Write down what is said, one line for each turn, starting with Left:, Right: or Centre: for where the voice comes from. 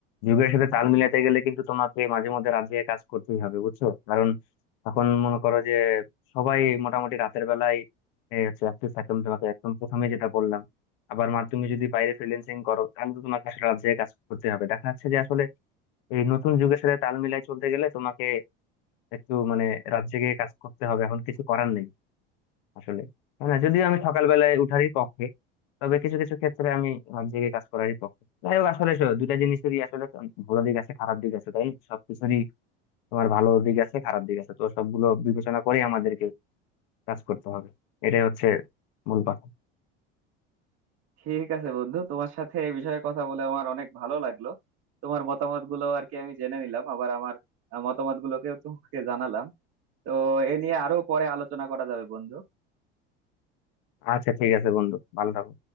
Left: যুগের সাথে তাল মিলাতে গেলে কিন্তু তোমাকে মাঝে মধ্যে রাত জেগে কাজ করতেই হবে বুঝছো কারণ এখন মনে করো যে সবাই মোটামুটি রাতের বেলায় এ, হচ্ছে অ্যাক্টিভ থাকে আমি তোমাকে একদম প্রথমে যেটা বললাম আবার মা তুমি যদি বাইরে ফ্রিল্যান্সিং করো তাহলে তো তোমাকে আসলে রাত জেগে কাজ করতে হবে দেখা যাচ্ছে যে আসলে এই নতুন যুগের সাথে তাল মিলাই চলতে গেলে তোমাকে একটু মানে রাত জেগে কাজ করতে হবে এখন কিছু করার নেই আসলে হ্যাঁ না যদিও আমি সকালবেলায় উঠারই পক্ষে তবে কিছু কিছু ক্ষেত্রে আমি রাত জেগে কাজ করারই পক্ষে যাই হোক আসলে শো, দুইটা জিনিসেরই আসলে ভালো দিক আছে খারাপ দিক আছে তাই না সবকিছুরই তোমার ভালো দিক আছে খারাপ দিক আছে তো সবগুলো বিবেচনা করে আমাদেরকে কাজ করতে হবে এটাই হচ্ছে মূল কথা
Right: ঠিক আছে বন্ধু তোমার সাথে এই বিষয়ে কথা বলে আমার অনেক ভালো লাগলো তোমার মতামত গুলো আর কি আমি জেনে নিলাম আবার আমার মতামত গুলোকে তোমাকে জানালাম তো এ নিয়ে আরো পরে আলোচনা করা যাবে বন্ধু
Left: আচ্ছা ঠিক আছে বন্ধু ভালো থাকো